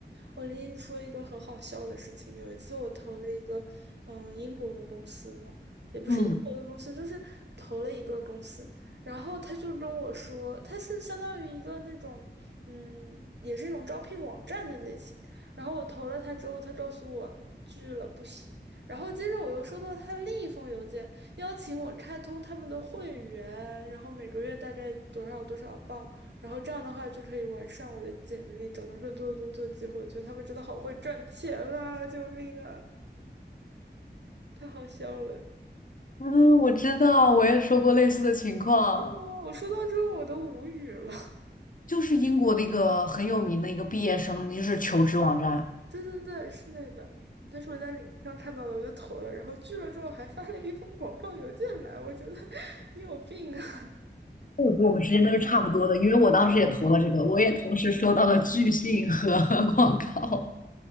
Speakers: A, on the right (about 70°); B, on the left (about 45°).
A: 我跟你说一个很好笑的事情，有一次我投了一个，嗯、英国的公司嘛，也不是英国的公司，
B: 嗯，
A: 就是投了一个公司，然后他就跟我说，他是相当于一个那种，嗯，也是一种招聘网站的类型，然后我投了他之后，他告诉我拒了，不行，然后接着我又收到他另一封邮件，邀请我开通他们的会员，然后每个月大概多少多少镑。然后这样的话就可以完善我的简历，找到更多的工作机会。我觉得他们真的好会赚钱啊！救命啊！太好笑了！
B: 嗯，我知道，我也说过类似的情况。
A: 哇，我说到之后我都无语了。
B: 就是英国的一个很有名的一个毕业生，就是求职网站。
A: <laughs> 对对对，是那个。但是我在领英上看到了，我就投了，然后拒了之后还发了一封广告邮件来，我觉得 <laughs> 你有病啊！
B: 我觉得我们时间都是差不多的，因为我当时也投了这个，我也同时收到了拒信和 <laughs> 广告。